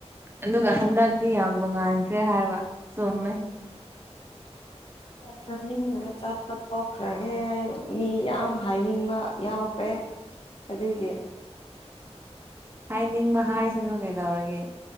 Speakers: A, on the right (about 20°); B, on the left (about 55°).
A: ꯑꯗꯨꯒ ꯍꯟꯗꯛꯅꯤ ꯌꯥꯝ ꯅꯣꯡꯉꯥꯟꯈ꯭ꯔꯦ ꯍꯥꯏꯕ ꯆꯨꯝꯃꯦ
B: ꯆꯠꯅꯤꯡꯗ꯭ꯔꯦ ꯆꯠꯄ ꯇꯣꯛꯈ꯭ꯔꯒꯦ ꯑꯩ ꯃꯤ ꯌꯥꯝ ꯍꯥꯏꯅꯤꯡꯕ ꯌꯥꯎꯈ꯭ꯔꯦ ꯑꯗꯨꯒꯤ
A: ꯍꯥꯏꯅꯤꯡꯕ ꯍꯥꯏꯁꯤꯅꯨ ꯀꯩꯗꯧꯔꯒꯦ